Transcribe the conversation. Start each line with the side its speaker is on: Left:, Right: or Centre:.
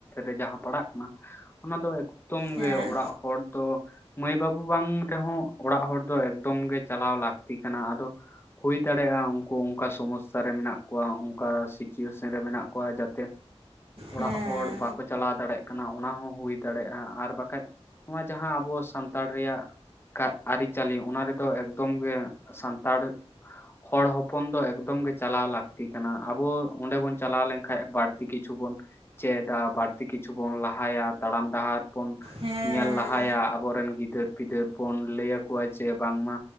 Left: ᱨᱮ ᱡᱟᱦᱟ ᱯᱟᱲᱟᱜ ᱠᱟᱱᱟ ᱚᱱᱟ ᱫᱚ ᱮᱠᱫᱚᱢ
Right: ᱦᱮᱸ
Left: ᱜᱮ ᱚᱲᱟᱜ ᱦᱚᱲ ᱫᱚ ᱢᱟᱹᱭ ᱵᱟᱹᱵᱩ ᱵᱟᱝ ᱛᱮᱦᱚ ᱚᱲᱟᱜ ᱦᱚᱲ ᱫᱚ ᱮᱠᱫᱚᱢ ᱜᱮ ᱪᱟᱞᱟᱣ ᱞᱟᱹᱠᱛᱤ ᱠᱟᱱᱟ ᱟᱫᱚ ᱦᱩᱭ ᱫᱟᱲᱮᱭᱟᱜᱼᱟ ᱠᱩ ᱚᱱᱠᱟ ᱥᱚᱢᱚᱥᱥᱟ ᱨᱮ ᱢᱮᱱᱟᱜ ᱠᱚᱣᱟ ᱚᱱᱠᱟ ᱥᱤᱪᱩᱭᱮᱥᱚᱱ ᱨᱮ ᱢᱮᱱᱟᱜ ᱠᱚᱣᱟ ᱡᱟᱛᱮ ᱚᱲᱟᱜ
Right: ᱦᱮᱸ
Left: ᱦᱚᱲ ᱵᱟᱠᱚ ᱪᱟᱞᱟᱣ ᱫᱟᱲᱮᱜ ᱠᱟᱱᱟ ᱚᱱᱟ ᱦᱚ ᱦᱩᱭ ᱫᱟᱲᱮᱭᱟᱜᱼᱟ ᱟᱨ ᱵᱟᱠᱷᱟᱡ ᱱᱚᱣᱟ ᱡᱟᱦᱟ ᱟᱵᱚ ᱥᱟᱱᱛᱟᱲ ᱨᱮᱭᱟᱜ ᱠᱟᱜ ᱟᱹᱨᱤᱪᱟᱞᱤ ᱚᱱᱟ ᱨᱮᱫᱚ ᱮᱠᱫᱚᱢ ᱜᱮ ᱥᱟᱱᱛᱟᱲ ᱦᱚᱲ ᱦᱚᱯ ᱯᱚᱱ ᱫᱚ ᱮᱠᱫᱚᱢ ᱜᱮ ᱪᱟᱞᱟᱣ ᱞᱟᱹᱠᱛᱤ ᱠᱟᱱᱟ ᱟᱵᱚ ᱚᱸᱰᱮ ᱵᱚᱱ ᱪᱟᱞᱟᱣ ᱞᱮᱱᱠᱷᱟᱱ ᱵᱟᱹᱲᱛᱤ ᱠᱤᱪᱷᱩ ᱵᱚᱱ ᱪᱮᱫᱟ ᱵᱟᱹᱲᱛᱤ ᱠᱤᱪᱷᱩ ᱵᱚᱱ ᱞᱟᱦᱟᱭᱟ ᱛᱟᱲᱟᱢ ᱰᱟᱦᱟᱨ ᱵᱚᱱ
Right: ᱦᱮᱸ
Left: ᱧᱮᱞ ᱞᱟᱦᱟᱭᱟ ᱟᱵᱚᱨᱮᱱ ᱜᱤᱫᱟᱹᱨ ᱯᱤᱫᱟᱹᱨ ᱵᱚᱱ ᱞᱟᱹᱭ ᱟᱠᱚᱣᱟ ᱡᱮ ᱵᱟᱝᱢᱟ